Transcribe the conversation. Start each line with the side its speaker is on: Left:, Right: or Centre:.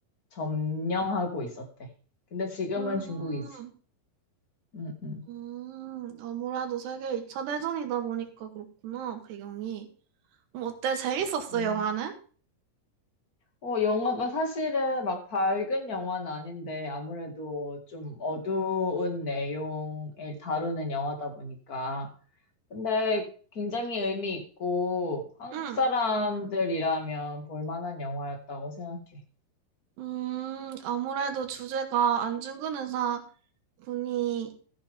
Left: 점령하고 있었대. 근데 지금은
Right: 음,
Left: 중국이지. 응, 응.
Right: 음, 아무래도 세계 2차 대전이다 보니까 그렇구나, 배경이. 뭐 어때? 재밌었어,
Left: 응.
Right: 영화는?
Left: 어, 영화가 사실은 막 밝은 영화는 아닌데 아무래도 좀 어두운 내용을 다루는 영화다 보니까. 근데 굉장히 의미 있고 한국
Right: 응.
Left: 사람들이라면 볼 만한 영화였다고 생각해.
Right: 음, 아무래도 주제가 안중근 의사 분이